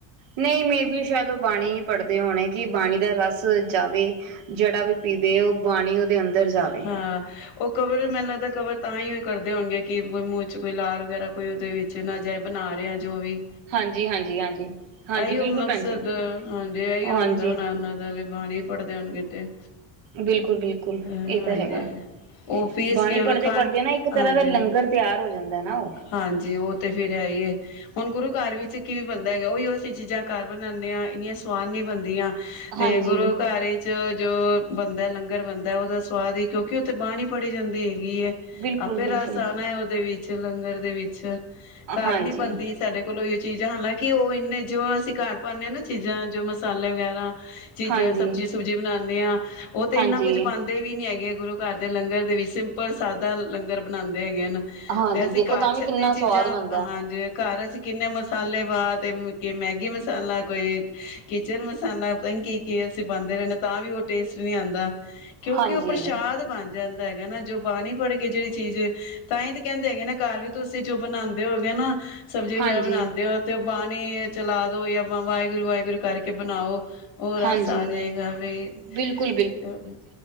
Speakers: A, on the right; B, on the left.
A: ਨਹੀਂ, ਮੇਬੀ ਓ ਸ਼ਾਇਦ ਲਬ ਬਾਣੀ ਪੜਦੇ ਹੋਣੇ, ਕਿ ਬਾਣੀ ਦਾ ਰਸ ਜਾਵੇ, ਜਿਹੜਾ ਵੀ ਪੀਵੇ ਉਹ ਬਾਣੀ ਅੰਦਰ ਜਾਵੇ।
B: ਹਾ। ਓਹ ਕਵਰ ਮੈਨੂੰ ਲੱਗਦਾ, ਕਵਰ ਤਾਂ ਹੀ ਕਰਦੇ ਹੋਣਗੇ, ਕਿ ਮੂੰਹ'ਚ ਕੋਈ ਲਾਰ ਵਗੈਰਾ, ਕੋਈ ਉਹਦੇ ਵਿੱਚ ਚ ਨਾ ਜਾਏ, ਬਣਾ ਰਹੇ ਆਂ, ਜੋ ਵੀ।
A: ਹਾਂਜੀ-ਹਾਂਜੀ, ਹਾਂਜੀ। ਹਾਂਜੀ
B: ਐਹੀਓ
A: ਬਿਲਕੁਲ
B: ਮਕਸਦ,
A: ਭੈਣ ਜੀ
B: ਹਾਂਜੀ ਐਹੀਓ
A: ਹਾਂਜੀ।
B: ਹੁੰਦਾ ਹੋਣਾ ਉਹਨਾਂ ਦਾ ਵੀ ਬਾਣੀ ਪੜਦੇ ਹੋਣਗੇ ਤੇ
A: ਬਿਲਕੁਲ-ਬਿਲਕੁਲ,
B: ਹਾਂਜੀ
A: ਇਹ ਤਾਂ ਹੈਗਾ,
B: ਉਹ ਪੀਸ
A: ਬਾਣੀ
B: ਕੇ
A: ਪੜਦੇ-ਪੜਦਿਆਂ
B: ਉਹਨੂੰ ਖੰਡ
A: ਨਾ ਇੱਕ
B: ਹਾਂਜੀ
A: ਤਰ੍ਹਾਂ ਦਾ ਲੰਗਰ ਤਿਆਰ ਹੋ ਜਾਂਦਾ ਨਾ ਉਹ,
B: ਹਾਂਜੀ ਉਹ ਤਾਂ ਫਿਰ ਹੈ ਹੀਏ, ਹੁਣ ਗੁਰੂ ਘਰ ਵਿੱਚ ਕੀ ਵੀ ਬਣਦਾ ਹੈਗਾ ਉਹੀ ਅਸੀਂ ਚੀਜ਼ਾਂ ਘਰ ਬਣਾਉਂਦੇ ਹਾਂ ਇੰਨੀਆਂ ਸਵਾਦ ਨੀ ਬਣਦੀਆਂ। ਤੇ
A: ਹਾਂਜੀ
B: ਗੁਰੂ ਘਰ ਏ, ਚ ਜੋ ਬਣਦਾ ਲੰਗਰ ਬਣਦਾ ਉਹਦਾ ਸਵਾਦ ਹੀ ਕਿਉਂਕਿ ਉੱਥੇ ਬਾਾਹਣੀ ਪੜੀ ਜਾਂਦੀ ਹੈਗੀ ਹੈ।
A: ਬਿਲਕੁਲ,
B: ਆਪੇ
A: ਬਿਲਕੁਲ
B: ਰਸ ਆਉਣਾ ਹੈ ਉਹਦੇ ਵਿੱਚ ਲੰਗਰ ਦੇ ਵਿੱਚ ਘਰ
A: ਹਾਂਜੀ,
B: ਨੀ ਬਣਦੀ ਸਾਡੇ। ਕੋਲੋਂ ਹੀ ਚੀਜ਼ ਹਾਲਾਂਕਿ ਉਹ ਇੰਨੇ ਜੋ ਅਸੀਂ ਘਰ ਪਾਉਂਦੇ ਹਾਂ ਨਾ ਚੀਜ਼ਾਂ ਜੋ ਮਸਾਲੇ ਵਗੈਰਾ, ਚੀਜ਼ਾਂ
A: ਹਾਂਜੀ,
B: ਸਬਜ਼ੀ ਸੁਬਜੀ ਬਣਾਉਂਦੇ ਹਾਂ ਉਹ ਤੇ
A: ਹਾਂਜੀ।
B: ਇੰਨਾ ਕੁੱਝ ਬਣ ਦੇ ਵੀ ਨੀ ਹੈਗੇ ਗੁਰੂ ਘਰ ਦੇ ਲੰਗਰ ਦੇ ਵਿੱਚ ਸਿੰਪਲ ਸਾਦਾ ਲੰਗਰ ਬਣਾਉਂਦੇ ਹੈਗੇ ਹਨ
A: ਹਾਂਜੀ
B: ਤੇ ਅਸੀਂ
A: ਦੇਖੋ
B: ਘਰ
A: ਤਾਂ
B: ਛਤੇ
A: ਵੀ ਕਿੰਨਾ
B: ਚੀਜ਼ਾਂ
A: ਸਵਾਦ ਬਣਦਾ
B: ਹਾਂ ਜੇ ਘਰਾਂ ਅਸੀਂ ਕਿੰਨੇ ਮਸਾਲੇ ਪਾ ਤੇ ਕ ਮੈਗੀ ਮਸਾਲਾ ਕੋਈ ਏ ਕਿਚਨ ਮਸਾਲਾ ਪਤਾ ਨੀ ਕੀ, ਕੇ ਅਸੀਂ ਪਾਉਂਦੇ ਰਹਿੰਦੇ ਆ ਤਾਂ ਵੀ ਉਹ ਟੇਸਟ ਨਹੀਂ ਆਉਂਦਾ। ਕਿਉਂਕਿ
A: ਹਾਂਜੀ,
B: ਉਹ ਪ੍ਰਸ਼ਾਦ ਬਣ ਜਾਂਦਾ ਹੈਗਾ ਨਾ ਜੋ ਬਾਣੀ ਪੜ ਕੇ ਜਿਹੜੀ ਚੀਜ਼ ਏ ਤਾਂ ਹੀ ਤ ਕਹਿੰਦੇ ਹੈਗੇ ਨਾ ਘਰ ਵੀ ਤੁਸੀਂ ਜੋ ਬਣਾਉਂਦੇ ਹੋਗੇ ਨਾ ਸਬਜ਼ੀ
A: ਹਾਂਜੀ,
B: ਵਗੈਰਾ ਬਣਾਉਂਦੇ ਹੋ ਤੇ ਉਹ ਬਾਣੀ, ਚਲਾ ਦੋ ਯਾ ਆਪਾਂ ਵਾਹਿਗੁਰੂ ਵਾਹਿਗੁਰੂ ਕਰਕੇ ਬਣਾਓ। ਉਹ ਰਸ
A: ਹਾਂਜੀ।
B: ਆ ਜਾਏਗਾ ਬਈ,
A: ਬਿਲਕੁਲ
B: ਹ